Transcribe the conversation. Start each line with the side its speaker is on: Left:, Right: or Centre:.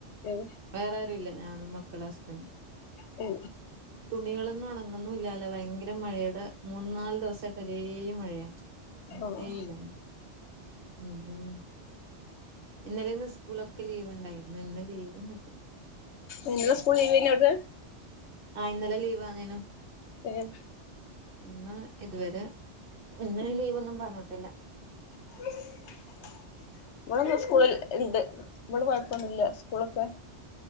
Left: ഏഹ്
Right: വേറെ ആരുല്ല ഞാനും മക്കളും ഹസ്ബൻഡും
Left: എ
Right: തുണികളൊന്നും ഉണങ്ങുന്നുല്ലാലോ ഭയങ്കര മഴയുടെ മൂന് നാല് ദിവസായിട്ട് ഒരേ മഴയാ
Left: ആഹ്
Right: ഏയിലം മ്മ് മ്മ് ഇന്നലെ ന്നൊക്കെ സ്കൂളൊക്കെ ലീവ് ഉണ്ടായിരുന്നു ഇന്ന് ലീവൊന്നുല്ല.
Left: ഇന്നലെ സ്കൂൾ ലീവ് ആയിന്നു അത്
Right: ആഹ് ഇന്നലെ ലീവ് ആന്നേനും
Left: ഏഹ്
Right: ഇന്ന് ഇതുവരെ ഇന്ന് ലീവൊന്നും പറഞ്ട്ടില്ല
Left: ഉ <unintelligible> ഇവിടന് സ്കൂള് ഇണ്ട് ഇവിടെ കുഴപ്പൊന്നുല്ല സ്കൂളൊക്കെ